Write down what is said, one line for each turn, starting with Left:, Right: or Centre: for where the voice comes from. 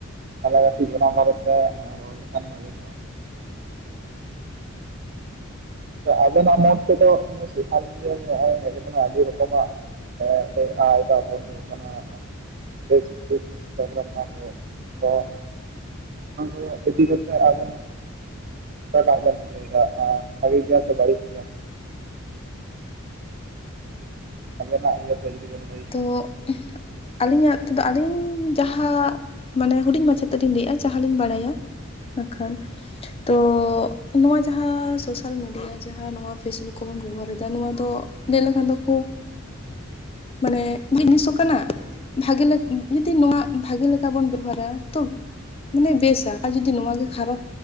Right: ᱛᱟᱦᱚᱞᱮ ᱠᱟᱹᱴᱤᱡ ᱚᱱᱟ ᱵᱟᱨᱮᱛᱮ᱾ ᱨᱚᱲ ᱞᱮᱠᱷᱟᱱ ᱵᱷᱟᱜᱮ ᱠᱚᱣᱟ᱾ ᱟᱵᱮᱱᱟᱜ ᱢᱫ ᱛᱮᱫᱚ ᱱᱤᱭᱟᱹ ᱥᱳᱥᱟᱞ ᱢᱤᱰᱤᱭᱟ ᱱᱚᱜ ᱚᱭ ᱦᱮᱡ ᱠᱟᱱᱟ ᱟᱹᱰᱤ ᱨᱚᱠᱚᱢᱟᱜ᱾ ᱦᱮ ᱮ ᱟᱭ ᱛᱟᱨᱯᱚᱨ ᱦᱩᱭᱩᱜ ᱠᱟᱱᱟ᱾ <unintelligible> ᱚᱱᱟ ᱠᱚ ᱤᱫᱤ ᱠᱟᱛᱮ ᱟᱵᱮᱱ ᱚᱠᱟᱴᱟᱜ ᱵᱮᱱ ᱤᱭᱟᱹ ᱫᱟ᱾ ᱵᱷᱟᱜᱤ ᱜᱮᱭᱟ ᱥᱮ ᱵᱟᱹᱲᱤᱡ ᱜᱮᱭᱟ? ᱟᱵᱮᱱᱟᱜ ᱤᱭᱟᱹᱛᱮ ᱡᱩᱫᱤ ᱵᱮᱱ ᱞᱟᱹᱭ᱾ ᱠᱮᱭᱟ
Left: ᱛᱳ᱾ ᱟᱹᱞᱤᱧᱟᱜ ᱛᱮᱫᱚ ᱟᱞᱤᱧ ᱡᱟᱦᱟᱸ ᱢᱟᱱᱮ ᱦᱩᱰᱤᱧ ᱢᱟᱪᱷᱟᱛᱮᱞᱤᱧ ᱞᱟᱹᱭᱮᱜᱼᱟ ᱡᱟᱦᱟᱸ ᱞᱤᱧ ᱵᱟᱲᱟᱭᱟ᱾ ᱮᱠᱷᱟᱱ ᱛᱳ᱾ ᱱᱚᱣᱟ ᱡᱟᱦᱟᱸ ᱥᱳᱥᱟᱞ ᱢᱤᱰᱤᱭᱟ ᱡᱟᱦᱟᱸ ᱱᱚᱣᱟ ᱯᱷᱮᱥᱵᱩᱠ ᱠᱚᱵᱚᱱ ᱵᱮᱵᱚᱦᱟᱨᱮᱫᱟ ᱱᱚᱣᱟ ᱫᱚ ᱞᱟᱹᱭ ᱞᱮᱠᱷᱟᱱ ᱫᱚ ᱠᱷᱩᱵ᱾ ᱢᱟᱱᱮ ᱡᱤᱱᱤᱥᱚᱜ ᱠᱟᱱᱟ᱾ ᱵᱷᱟᱜᱮ ᱡᱚᱫᱤ ᱱᱚᱣᱟ ᱵᱷᱟᱜᱮ ᱞᱮᱠᱟ ᱵᱚᱱ ᱵᱮᱵᱚᱦᱟᱨᱟ ᱛᱚ᱾ ᱢᱟᱱᱮ ᱵᱮᱥᱟ ᱟᱨ ᱡᱩᱫᱤ ᱱᱚᱭᱟ ᱜᱮ ᱠᱷᱟᱨᱟᱯ